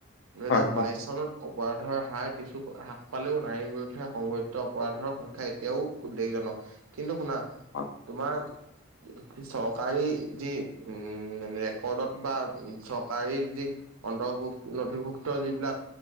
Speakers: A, on the right; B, on the left.
A: দুহেজাৰ
B: হয়, হয়,
A: বাইশ চনত অপৰাধৰ হাৰ কিছু হ্ৰাস পালেও নাৰীৰ বিৰুদ্ধে সংঘটিত অপৰাধৰ সংখ্যা এতিয়াও উদ্বেগজনক কিন্তু শুনা
B: হয়,
A: তোমাৰ চৰকাৰী যি উম ৰেকৰ্ডত বা চৰকাৰী যি অন্তৰ্ভুক্ত নথিভুক্ত যিবিলাক